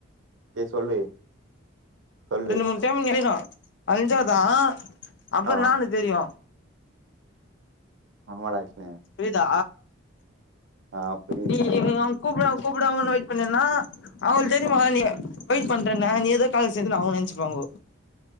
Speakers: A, on the right; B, on the left.
A: ஏ சொல்லு சொல்லு
B: ரெண்டு மூணு டைம் தெரினு அலஞ்சாதா அப்புறோ
A: ஆ
B: நானு தெரியு
A: ஆமாடா விஷ்ணு
B: புரிதா
A: ஆ புரியுது
B: நீ அவெ கூப்டுவாங்க கூப்டுவாங்கனு வெயிட் பண்ணீனா அவுங்களுக்கு தெரியுமா நீ வெயிட் பண்றனு நீ ஏதோ காலேஜ் சேந்துனு அவுங்க நெனச்சுப்பாங்கோ